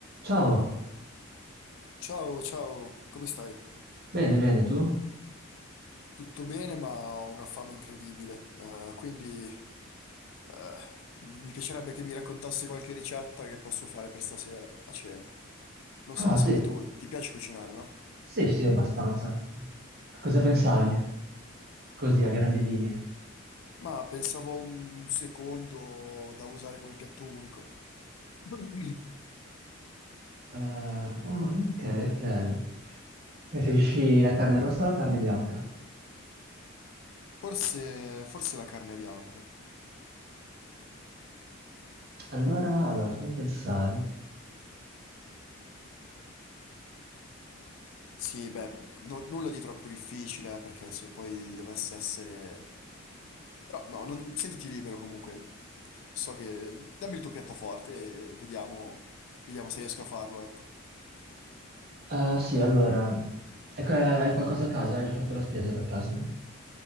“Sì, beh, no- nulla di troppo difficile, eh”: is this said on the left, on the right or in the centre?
Left